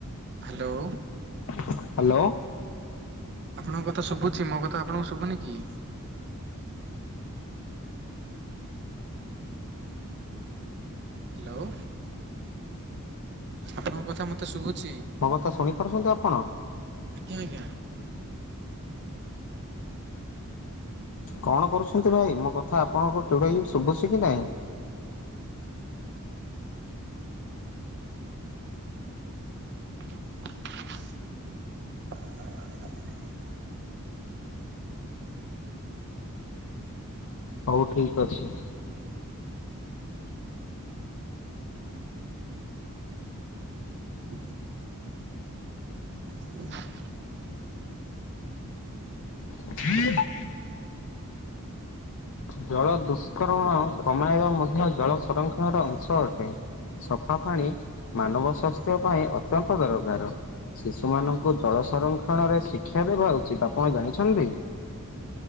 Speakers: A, on the right; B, on the left.
A: ହ୍ୟାଲୋ।
B: ହ୍ୟାଲୋ।
A: ଆପଣଙ୍କ କଥା ଶୁଭୁଛି ମୋ କଥା ଆପଣଙ୍କୁ ଶୁଭୁନି କି? ହ୍ୟାଲୋ। ଆପଣଙ୍କ କଥା ମତେ ଶୁଭୁଛି।
B: ମୋ କଥା ଶୁଣିପାରୁଛନ୍ତି ଆପଣ।
A: ଆଜ୍ଞା ଆଜ୍ଞା।
B: କଣ କରୁଛନ୍ତି ଭାଇ ମୋ କଥା ଆପଣଙ୍କ ଟୋଟାଲି ଶୁଭୁଛି କି ନାହିଁ?
A: <unintelligible>
B: ହଉ ଠିକ୍ ଅଛି।
A: ହଁ <inaudible>
B: ହୁଁ ଜଳ ଦୁଷ୍କରମଣ କମାଇବା ମଧ୍ୟ ଜଳ ସଂରକ୍ଷଣର ଅଂଶ ଅଟେ। ସଫା ପାଣି ମାନବ ସ୍ୱାସ୍ଥ୍ୟ ପାଇଁ ଅତ୍ୟନ୍ତ ଦରକାର। ଶିଶୁ ମାନଙ୍କୁ ଜଳ ସଂରକ୍ଷଣରେ ଶିକ୍ଷା ଦେବା ଉଚିତ ଆପଣ ଜାଣିଛନ୍ତି?